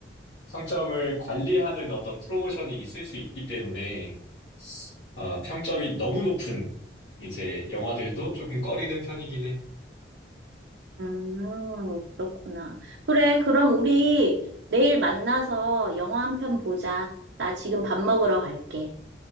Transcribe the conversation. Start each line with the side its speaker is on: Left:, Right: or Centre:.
Left: 평점을 관리하는 어떤 프로모션이 있을 수 있기 때문에, 어, 평점이 너무 높은 이제 영화들도 조금 꺼리는 편이긴 해.
Right: 음, 그렇구나. 그래, 그럼 우리 내일 만나서 영화 한 편 보자. 나 지금 밥 먹으러 갈게.